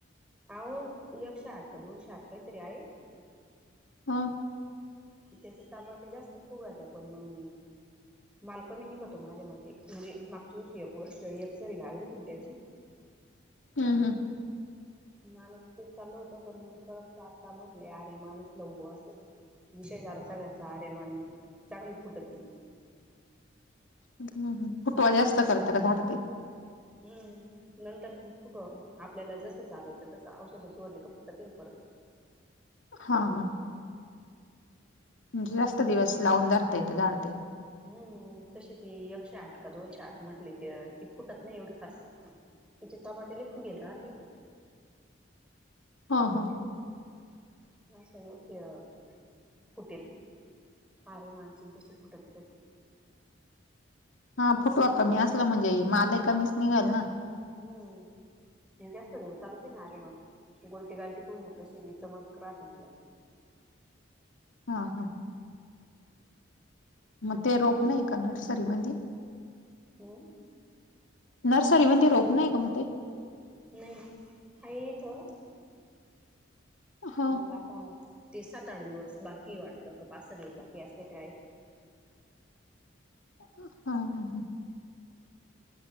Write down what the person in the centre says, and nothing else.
अहो एकशे आठ का दोनशे आठ काहीतरी आहे.
त्याचे तमाटे जास्त फुगायाते पण मंग मालकमीनी जातो माझ्या मते म्हणजे मागच्या वर्षी एक वर्ष सरी लावलेती तिनट्याची.
मानच ते चाललं होत पण मग परत आता म्हटले, अरे माणूस लव असत. विषय झाला सगळ्यांचा आरेमान चांगली फुटती.
हम्म. नंतर फुट फुटं. आपल्याला जसं चालवायचं तसं औषध सोडले का फुटतीन परत.
हम्म तशी ती एकशे आठ का दोनशे आठ म्हटले ते ती फुटत नाही एवढी खास. तेच्यात टमाटे लय फुगेल राहते.
उठले
राशन होत्या हो. फुटेल. आरे मानसीची शेपूट होती तशी.
व्हय ओ. म्हणजे जास्त दिवस चालते ना आरे मग. गोलटी गाल टिकू ना कशीबी चमक राहते तिला.
हं.
नाही, हाय इथं
मग आता ते सात-आठ दिवस बाकी वाटतं का पाच सहा दिवस बाकी असतं तर आहे.